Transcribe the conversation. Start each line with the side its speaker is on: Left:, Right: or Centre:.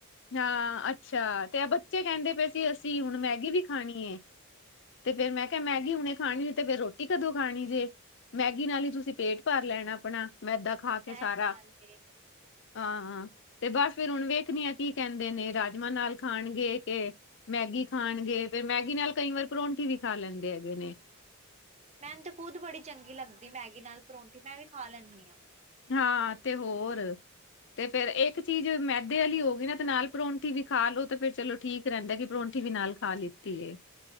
Left: ਹਾਂ, ਅੱਛਾ, ਤੇ ਇਹ ਬੱਚੇ ਕਹਿੰਦੇ ਪਏ ਸੀ ਅਸੀਂ ਹੁਣ ਮੈਗੀ ਵੀ ਖਾਣੀ ਏ। ਤੇ ਫੇਰ ਮੈਂ ਕਿਹਾ ਮੈਗੀ ਹੁਣੇ ਖਾਣੀ ਤੇ ਫੇਰ ਰੋਟੀ ਟ ਕਦੋਂ ਖਾਣੀ ਜੇ, ਮੈਗੀ ਨਾਲ ਹੀ ਤੁਸੀਂ ਪੇਟ ਭਰ ਲੈਣੈ ਆਪਣਾ ਮੈਦਾ ਖਾ ਕੇ
Right: ਇਹ
Left: ਸਾਰਾ,
Right: ਤੇ ਗੱਲ ਏ।
Left: ਆਂ। ਤੇ ਬਸ ਫਿਰ ਹੁਣ ਵੇਖਦੀ ਆ ਕੀ ਕਹਿੰਦੇ ਨੇ ਰਾਜਮਾਂਹ ਨਾਲ ਖਾਣਗੇ ਕਿ ਮੈਗੀ ਖਾਣਗੇ ਫੇਰ ਮੈਗੀ ਨਾਲ ਕਈ ਵਾਰ ਪਰੌਂਠੀ ਵੀ ਖਾ ਲੈਂਦੇ ਹੈਗੇ ਨੇ।
Right: ਮੈਨੂੰ ਤਾਂ ਖੁਦ ਬੜੀ ਚੰਗੀ ਲੱਗਦੀ ਮੈਂਗੀ ਨਾਲ ਪਰੋਂਠੀ ਮੈਂ ਵੀ ਖਾ ਲੈਂਨੀ ਆਂ।
Left: ਹਾਂ ਤੇ ਹੋਰ ਤੇ ਫੇਰ ਇੱਕ ਚੀਜ਼ ਮੈਦੇ ਵਾਲੀ ਹੋ ਗਈ ਨਾ ਤੇ ਨਾਲ ਪਰੌਂਠੀ ਵੀ ਖਾ ਲੋ ਤੇ ਫੇਰ ਚਲੋ ਠੀਕ ਰਹਿੰਦੈ ਕਿ ਪਰੌਂਠੀ ਵੀ ਨਾਲ ਖਾ ਲਿੱਤੀ ਏ।